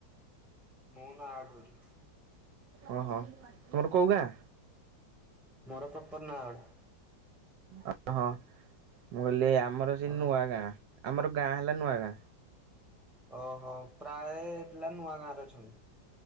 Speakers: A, in the centre; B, on the right (about 75°).
A: ମୁଁ ନୟାଡ଼ ରହୁଛି।
B: ଓହୋ ତୁମର କୋଉ ଗାଁ?
A: ମୋର ପ୍ପ୍ରପର ନୟାଗଡ଼।
B: ଓ ହଁ ମୁଁ କହିଲି ଆମର ସେ
A: ଓ
B: ନୂଆଗାଁ ଆମର ଗାଁ ହେଲା ନୂଆଗାଁ।
A: ଓହୋ ପ୍ରାୟ ପିଲା ନୂଆ ଗାଁରେ ଅଛନ୍ତି।